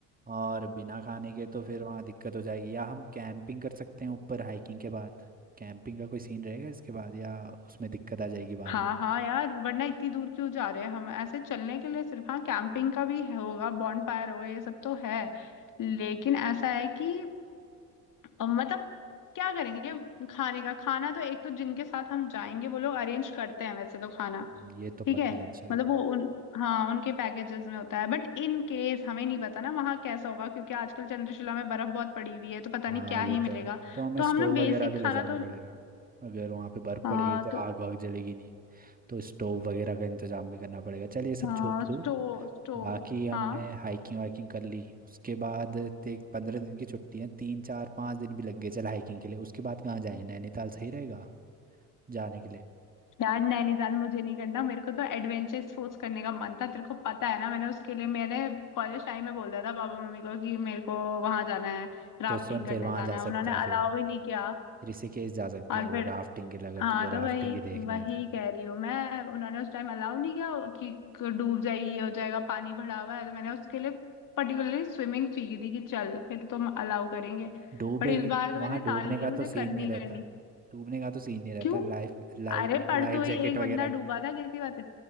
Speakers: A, on the right; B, on the left.
A: और बिना खाने के तो फिर वहाँ दिक्कत हो जाएगी या हम कैंपिंग कर सकते हैं ऊपर हाइकिंग के बाद कैंपिंग का कोई सीन रहेगा इसके बाद या उसमें दिक्कत आ जाएगी बाद
B: हाँ
A: में
B: हाँ यार वरना इतनी दूर क्यों जा रहे हैं हम ऐसे चलने के लिए सिर्फ हाँ कैंपिंग का भी है- होगा बॉनफायर होगा ये सब तो है लेकिन ऐसा है कि अ, मतलब क्या करेंगे खाने का खाना तो एक तो जिनके साथ हम जाएंगे वो लोग अरेंज करते हैं वैसे तो खाना
A: हम्म, ये तो
B: ठीक
A: पता
B: है
A: है चल
B: मतलब वो उन हाँ उनके पैकेजेस में होता है बट इन केस हमें नहीं पता ना वहाँ कैसा होगा क्योंकि आजकल चंद्रशिला में बर्फ बहुत पड़ी हुई है तो पता
A: हाँ
B: नहीं क्या
A: ये
B: ही
A: तो
B: मिलेगा
A: है तो हमें
B: तो
A: स्टोव
B: हम ना
A: वगैरह
B: बेसिक
A: भी ले
B: खाना
A: जाना
B: तो
A: पड़ेगा अगर वहाँ पे बर्फ़
B: हाँ
A: पड़ेगी तो
B: तो
A: आग वाग जलेगी नहीं तो स्टोव वगैरह का इंतजाम भी करना पड़ेगा चल ये सब
B: हाँ
A: छोड़ दो
B: स्टो स्टो
A: बाकी हमने
B: हाँ
A: हाइकिंग वाइकिंग कर ली उसके बाद देख पंद्रह दिन की छुट्टी है तीन चार पाँच दिन भी लग गए चल हाइकिंग के लिए उसके बाद कहाँ जाएं नैनीताल सही रहेगा जाने के लिए
B: यार नैनीताल मुझे नहीं करना मेरे को तो एडवेंचर स्पोर्ट्स करने का मन था तेरे को पता है ना मैंने उसके लिए मैंने कॉलेज टाइम में बोल दिया था पापा मम्मी को कि मेरे को वहां जाना है राफ्टिंग
A: तो सुन
B: करने
A: फिर वहां
B: जाना
A: जा
B: है
A: सकते
B: उन्होंने
A: हैं
B: अलाउ
A: फिर
B: ही नहीं किया
A: ऋषिकेश जा सकते
B: और
A: हैं
B: फिर
A: फिर राफ्टिंग के लिए अगर
B: हाँ
A: तुझे राफ्टिंग
B: तो वही
A: ही देखना
B: वही
A: है तो
B: कह रही हूँ मैं उन्होंने उस टाइम अलाउ नहीं किया कि डूब जाए ये हो जाएगा पानी भरा हुआ है तो मैंने उसके लिए पर्टिकुलरली स्विमिंग सीखी थी कि चल फिर तुम अलाउ करेंगे
A: डूबे
B: बट
A: के
B: इस बार तो
A: वहां
B: मैंने
A: डूबने
B: ठान लिया
A: का
B: मुझे
A: तो सीन
B: करनी
A: नहीं
B: ही
A: रहता
B: करनी
A: डूबने का तो सीन नहीं रहता
B: क्यों
A: लाइफ लाइफ
B: अरे परसों
A: लाइफ जैकेट
B: ही एक
A: वगैरह
B: बंदा
A: ले
B: डूबा था कैसी बात है